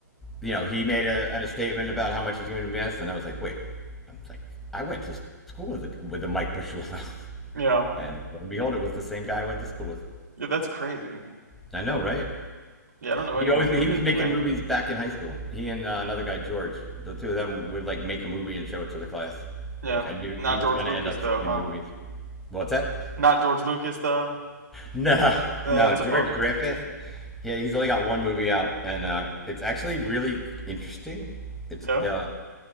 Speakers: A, in the centre; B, on the right (about 65°).
A: you know, he made a, a statement about how much he's going to invest, and I was like, wait, I'm like, I went to school with a, with a Mike Pasciullo, <laughs>
B: Yeah.
A: and lo and behold, it was the same guy I went to school with.
B: Yeah, that's crazy.
A: I know, right?
B: Yeah, I don't know anyone
A: He always he
B: doing
A: was
B: anything
A: making
B: that
A: movies
B: good.
A: back in high school. He and uh, another guy, George, the two of them would like make a movie and show it to the class.
B: Yeah.
A: Like I knew
B: Not
A: he was
B: George
A: going
B: Lucas
A: to end up
B: though, huh?
A: in movies. What's that? <laughs>
B: Not George Lucas though.
A: No,
B: Nah,
A: no,
B: That's
A: George
B: a bummer.
A: Griffith. Yeah, he's only got one movie out, and uh, it's actually really interesting. It's
B: Yeah.
A: uh,